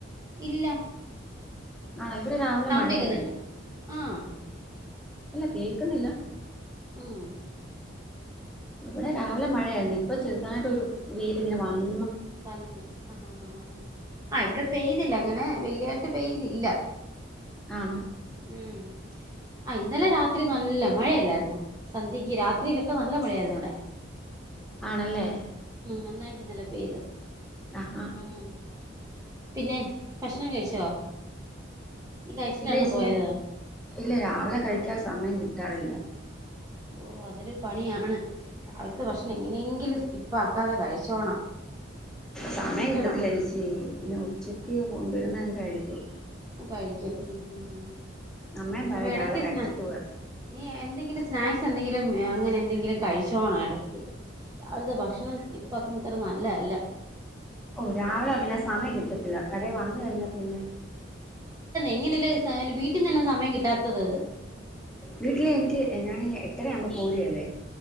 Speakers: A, on the right (about 20°); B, in the centre.
A: ഇല്ല
B: ആണ ഇവിടെ രാവിലെ
A: സൗണ്ട്
B: മഴയായിരുന്നു
A: കേക്കുന്നുണ്ട് ആഹ്
B: ഇല്ലാ കേക്കുന്നില്ല
A: ഉം
B: ഇവിടെ രാവിലെ മഴയായിരുന്നു ഇപ്പൊ ചെറുതായിട്ട് ഒരു വെയില് ഇങ്ങനെ വാന്നു
A: വന്നോ ആഹ് ആഹ് ആഹ് ആഹ് ആഹ് ഇവിടെ പെയ്തില്ല അങ്ങനെ വെല്യായിട്ട് പെയ്തില്ല
B: ആണോ
A: ഉം ആ ഇന്നലെ രാത്രി നല്ല മഴയല്ലായിന്നോ സന്ധ്യക്ക് രാത്രിയിലൊക്കെ നല്ല മഴായിരുന്നു ഇവിടെ
B: ആണല്ലേ
A: നന്നായിട്ട് യിട്ട് ഇന്നലെ പെയ്ത്
B: ആഹാ
A: ഉം പിന്നെ ഭക്ഷണം കഴിച്ചോ നീ കഴിച്ചിട്ടാണോ
B: ഇല്ല ചേച്ചി
A: പോയത്
B: ഇല്ല രാവിലെ കഴിക്കാൻ സമയം കിട്ടാറില്ല
A: ഓ അതൊരു പണിയാണ് രാവിലത്തെ ഭക്ഷണം എങ്ങനെയെങ്കിലും സ്കീപ്പ് അക്കാതെ കഴിച്ചോണം
B: സമയം
A: ശ്രമിക്കണം
B: കിട്ടത്തില്ല ചേച്ചി പിന്നെ ഉച്ചക്ക് കൊണ്ടുവരുന്നഅങ്ങ് കഴിക്കും
A: കഴിക്കും ഉം ഉം ഉം
B: അമ്മേ പറയും
A: അപ്പൊ ഇടയ്ക്ക്
B: രാവിലെ കഴിച്ചിട്ട്
A: സ്നാ
B: പോകാൻ
A: നീ എന്തെങ്കിലും സ്നാക്സ് എന്തെങ്കിലും അങ്ങനെ എന്തെങ്കിലും കഴിച്ചോണോ എടക്ക് രാവിലത്തെ ഭക്ഷണം സ്കിപ്പ് ആക്കുന്ന അത്ര നല്ലല്ല
B: ഓ രാവിലെ പിന്നെ സമയം കിട്ടത്തില്ല കടടെ വന്ന് കഴിഞ്ഞാ പിന്നെ
A: ഇങ്ങനെയല്ലേ വീട്ടിൽ നിന്ന് എന്നാ സമയം കിട്ടാത്തത്
B: വീട്ടിലെ എനിക്ക് ഞാനെ എട്ടര ആകുമ്പോൾ പോരിയെല്ലേ